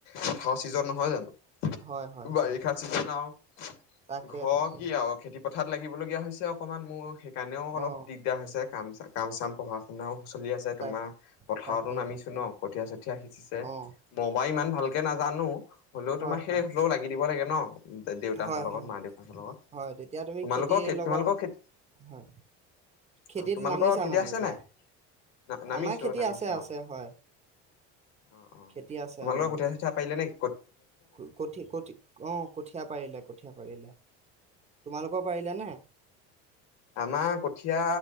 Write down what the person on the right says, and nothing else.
হয় হয়
হয়
তাকে
তাকে
অ
তাক
তাকে
তাকে
অ
হয়
হয়
হয়
হয়
হয় তেতিয়া তুমি
খেতিৰ লগত
হয় খেতিত
নামিছা
মানে
এতিয়া
আমাৰ খেতি
আছে আছে
হয়।
খেতি আছে আমাৰ
অ, কঠীয়া পাৰিলে কঠীয়া পাৰিলে। তোমালোকৰ পাৰিলেনে?